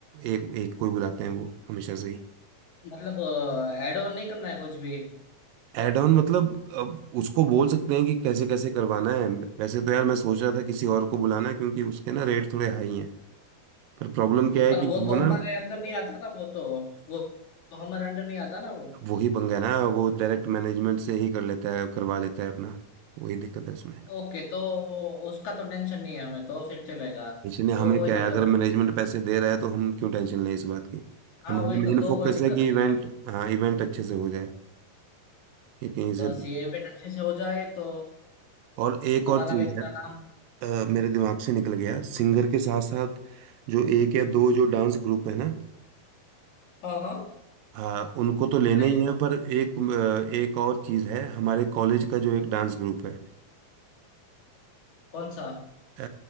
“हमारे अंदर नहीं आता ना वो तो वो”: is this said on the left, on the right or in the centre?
Left